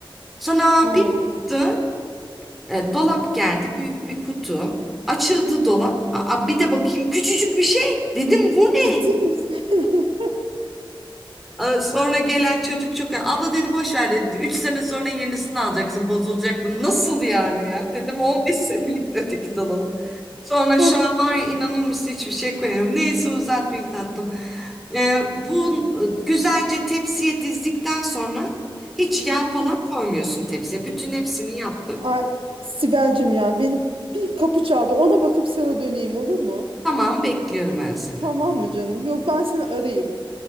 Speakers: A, in the centre; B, on the right (about 75°).
A: Sonra
B: Aynen.
A: bir baktı e, dolap geldi büyük bir kutu. Açıldı dolap. Aa, bir de bakayım küçücük bir şey. Dedim bu ne?
B: Ciddi misin? <laughs>
A: Ee, Sonra gelen çocuk çok abla dedi boş ver dedi 3 sene sonra yenisini alacaksın bozulacak bu nasıl yani ya dedim 15 senelik öteki dolabım sonra şu
B: Hım,
A: an var ya inanır mısın hiçbir şey koyamıyorum neyse uzatmayayım tatlım Ee, bu e, güzelce tepsiye dizdikten sonra hiç yağ falan
B: hı hı.
A: koymuyorsun tepsiye bütün hepsini yaptım
B: Ay, Sibel'cim ya benim bir kapı çaldı. Ona bakıp sana döneyim olur mu?
A: tamam bekliyorum ben seni
B: Tamam mı canım? Yok ben seni arayayım.